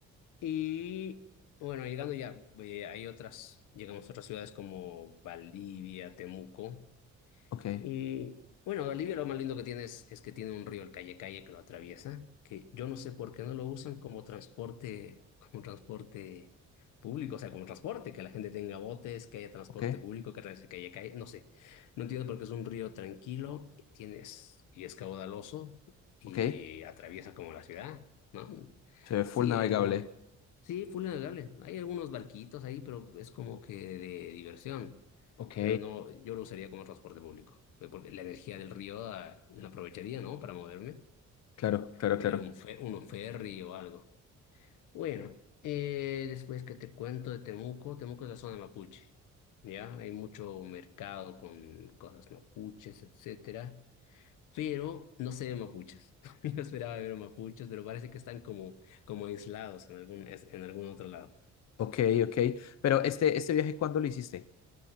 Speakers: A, on the left; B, on the left.
A: y bueno, llegando ya, eh, hay otras, llegamos a otras ciudades como Valdivia, Temuco.
B: Ok,
A: Y bueno, Bolivia lo más lindo que tiene es, es que tiene un río, el Calle Calle, que lo atraviesa, que yo no sé por qué no lo usan como transporte, como transporte público, o sea, como transporte, que la gente tenga botes, que haya transporte
B: ok,
A: público, que atraviese el Calle Calle, no sé. No entiendo por qué es un río tranquilo, y tienes, y es caudaloso, y
B: ok.
A: atraviesa como la ciudad, ¿no?
B: Se ve full
A: Sí,
B: navegable.
A: hay alguno- sí, full navegable. Hay algunos barquitos ahí, pero es como que de diversión
B: Ok,
A: pero no, yo lo usaría como transporte público, pues, porque la energía del río ah, la aprovecharía, ¿no? Para moverme,
B: claro, claro,
A: pondría
B: claro.
A: un, fe- un ferry o algo. Bueno, eh, después que te cuento de Temuco, Temuco es la zona mapuche, ¿ya? Hay mucho mercado con cosas mapuches, etcétera, pero no se ven mapuches. <laughs> Yo esperaba ver mapuches, pero parece que están como, como aislados en algún, es- en algún otro lado.
B: Ok, ok. Pero este, este viaje, ¿cuándo lo hiciste?